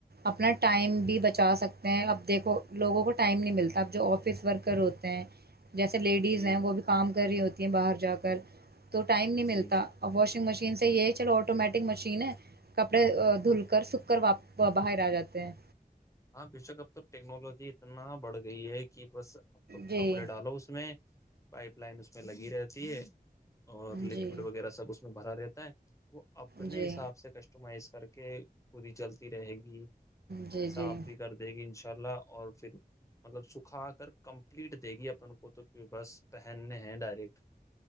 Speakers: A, on the right; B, on the left.
A: اپنا ٹائم بھی بچا سکتے ہیں اب دیکھو لوگوں کو ٹائم نہیں ملتا اب جو آفس ورکر ہوتے ہیں جیسے لیڈیز
B: جی
A: ہیں وہ بھی کام کر رہی ہوتی ہیں باہر جا کر تو ٹائم نہیں ملتا
B: جی جی
A: اب واشنگ مشین انسے یہ چلو آٹومیٹک مشین ہے کپڑے دھل کر سوکھ کر باہر آ جاتے ہیں
B: ہاں بےشک اب تو ٹیکنالوجی اتنا بڑھ گئی ہے کہ بس اب تو
A: جی
B: کپڑے ڈالو اس میں پائپ لائن اس میں لگی رہتی ہے اور
A: جی
B: لکوڈ وغیرہ سب اس میں بھرا رہتا ہے وہ اپنے
A: جی
B: حساب سے کسٹمائز کر کہ خد ہی چلتی رہے گی
A: جی جی
B: صاف بھی کر دے گی ان انشا اللہ اور پھر مطلب سکھا کر کمپلیٹ دے گی اپن کو تو بس پہننے ہیں ڈائریکٹ